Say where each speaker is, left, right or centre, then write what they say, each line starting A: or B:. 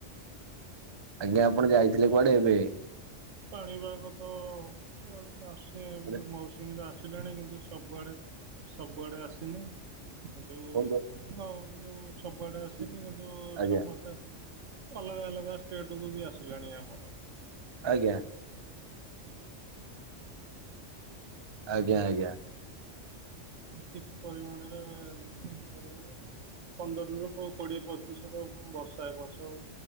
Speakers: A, on the right; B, on the right.
A: ଆଜ୍ଞା ଆପଣ ଯାଇଥିଲେ କୁଆଡେ ଏବେ?
B: ପାଣିପାଗ ତ <unintelligible> ଆସେ
A: ମାନେ
B: ଯୋଉ ମୌସୁମୀ ଆସେ ଆସିଲାଣି କିନ୍ତୁ ସବୁଆଡ଼େ ସବୁଆଡ଼େ ଆସିନି କିନ୍ତୁ
A: ଫୋନ
B: ହଁ ଯୋଉ ସବୁଆଡେ
A: କରି
B: ଆସିନି କିନ୍ତୁ
A: ଆଜ୍ଞା
B: ସମସ୍ତେ ଅଲଗା ଅଲଗା ଷ୍ଟେଟ କୁ ବି ଆସିଲାଣି ଆମର।
A: ଆଜ୍ଞା। ଆଜ୍ଞା ଆଜ୍ଞା।
B: କିଛି ପରିମାଣରେ ହେଲାଣି। ପନ୍ଦରରୁ କୋଡିଏ ପ୍ରତିଶତ ବର୍ଷା ଏ ବର୍ଷ